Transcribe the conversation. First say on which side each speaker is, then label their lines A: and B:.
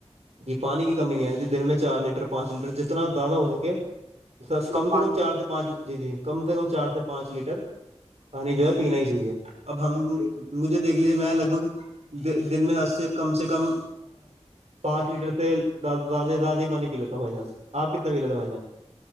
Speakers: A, on the right (about 70°); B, on the right (about 50°).
A: جی پانی کی کمی نہیں ہے ن جی دن میں چار لیٹر پانچ لیٹر جتنا زیادہ ہو سکے <unintelligible> سر
B: اتنا
A: کم
B: پانی
A: سے کم چار سے پانچ جی جی کم سے کم چار سے پانچ لیٹر پانی جو ہے پینا ہی چاہیے اب ہم
B: جی
A: مجھے دیکھ لیے میں لگ بھگ دن میں حد سے کم سے کم پانچ لیٹر سے زیادہ زیادہ ہی پانی پ لیتا ہوں بھائی جان آپ کتنا پی لیتے ہیں بھائی جان <unintelligible>